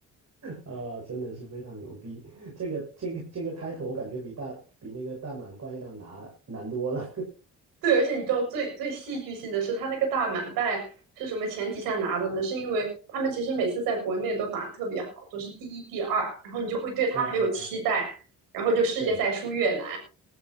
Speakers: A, on the right (about 50°); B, on the right (about 85°).
A: 啊，真的是非常牛逼。这个这个这个 title 我感觉比大比那个大满贯要拿难多了
B: <laughs> 对，而且你知道最最戏剧性的是，他那个大满贯是什么前提下拿的呢？是因为他们其实每次在国内都打得特别好，都是第一、第二，然后你就会对他很有期待，
A: <laughs> 啊，
B: 然后就世界赛输越南，
A: 对，